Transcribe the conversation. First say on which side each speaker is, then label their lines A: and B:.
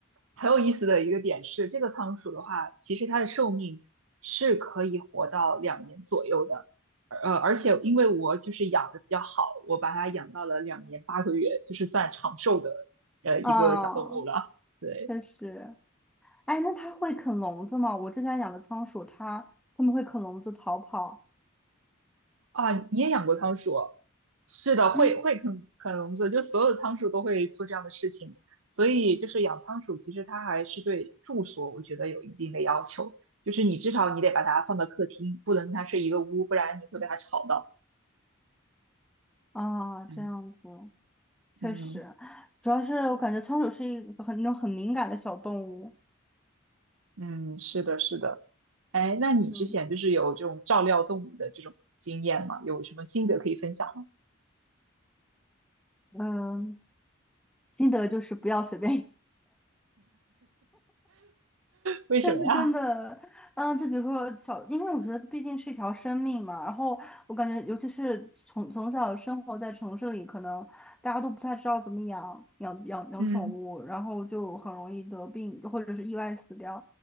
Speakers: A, on the right; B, in the centre.
A: 很有意思的一个点是，这个仓鼠的话，其实它的寿命是可以活到两年左右的，呃，而且因为我就是养的比较好，我把它养到了两年八个月，就是算长寿的呃一个小动物了，
B: 哦，
A: 对。
B: 确实。哎，那它会啃笼子吗？我之前养的仓鼠，它它们会啃笼子逃跑。
A: 啊，你也养过仓鼠？是的，
B: 嗯，
A: 会会啃啃笼子，就所有仓鼠都会做这样的事情。所以就是养仓鼠，其实它还是对住所，我觉得有一定的要求，就是你至少你得把它放到客厅，不能跟它睡一个屋，不然你会被它吵到。
B: 啊，这样子
A: 嗯
B: 确实，
A: 嗯
B: 主要是我感觉仓鼠是一个很那种很敏感的小动物。
A: 嗯，是的，是的。哎，那你之前就是有这种照料动物的这种经验吗？
B: 嗯，
A: 有什么心得可以分享吗？
B: 嗯，心得就是不要随便
A: 为什么呀？
B: 但是真的，嗯，就比如说小，因为我觉得毕竟是一条生命嘛，然后我感觉，尤其是从从小生活在城市里，可能大家都不太知道怎么养养养养宠物，
A: 嗯
B: 然后就很容易得病或者是意外死掉。